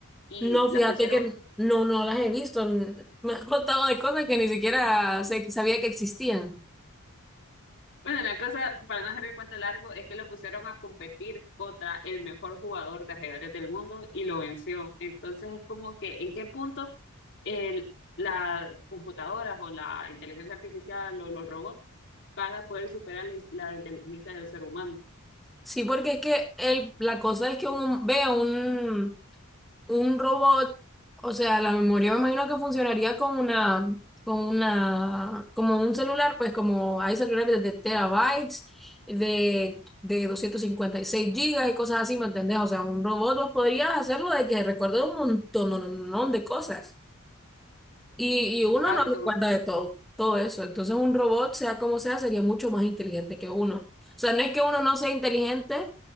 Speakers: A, on the left; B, in the centre.
A: y
B: No, fíjate
A: la pusieron
B: que no, no las he visto. N- Me has contado de cosas que ni siquiera sé- sabía que existían.
A: Bueno, la cosa, para no hacer el cuento largo, es que lo pusieron a competir contra el mejor jugador de ajedrez del mundo y lo venció. Entonces es como que, ¿en qué punto el, las computadoras o la inteligencia artificial o los robots van a poder superar la, la inteligencia del ser humano?
B: Sí, porque es que el, la cosa es que uno ve un, Un robot, o sea, la memoria me imagino que funcionaría con una, con una, como un celular, pues como hay celulares de terabytes, de, de 256 gigas y cosas así, ¿me entendés? O sea, un robot vos podrías hacerlo de que recuerde un montón, no, no, no, de cosas. Y, y uno
A: Exacto.
B: no se cuenta de todo, todo eso. Entonces un robot, sea como sea, sería mucho más inteligente que uno. O sea, no es que uno no sea inteligente,